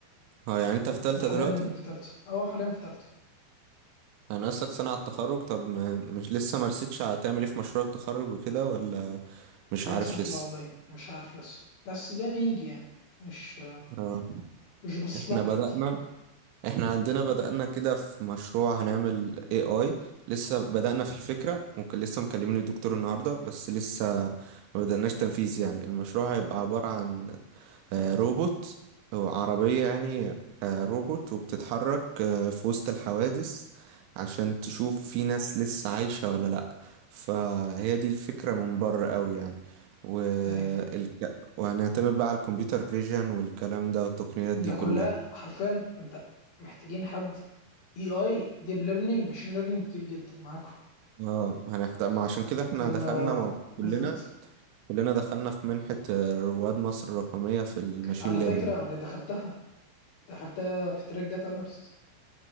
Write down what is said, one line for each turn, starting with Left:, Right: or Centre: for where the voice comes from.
Right: اه يعني انت في تالتة
Left: انا حاليا
Right: دلوقتي
Left: في تالتة اه حاليا في تالتة
Right: انا اصلك سنة على التخرج طب ما مش لسه ما رسيتش هتعمل ايه في مشروع التخرج وكده ولا مش
Left: للاسف
Right: عارف لسه
Left: لا والله مش عارف لسه بس زي ما يجي يعني مش
Right: اه
Left: مش باصص
Right: احنا
Left: لها من
Right: بدأنا
Left: دلوقتي
Right: احنا عندنا بدأنا كده في مشروع هنعمل AI لسه بدأنا في الفكرة ممكن لسه مكلمين الدكتور النهاردة بس لسه ما بدأناش تنفيذ يعني المشروع هيبقى عبارة عن آه، روبوت أو عربية يعني آه، روبوت وبتتحرك آه، في وسط الحوادث عشان تشوف في ناس لسه عايشة ولا لأ فهي دي الفكرة من بره قوي يعني والك...
Left: ايوه
Right: وهنعتمد بقى على الكمبيوتر فيجن والكلام ده والتقنيات
Left: ده
Right: دي كلها
Left: كلها حرفيا انت محتاجين حد اي اي ديب ليرنينج ماشين ليرنينج كتير جدا معاكم
Right: اه هنحتاج ما عشان كده احنا
Left: انه
Right: دخلنا مع...
Left: بالظبط
Right: كلنا كلنا دخلنا في منحة آه، رواد مصر الرقمية في الماشين
Left: على
Right: ليرنينج
Left: فكرة انا دخلتها دخلتها في تراك داتا اناليست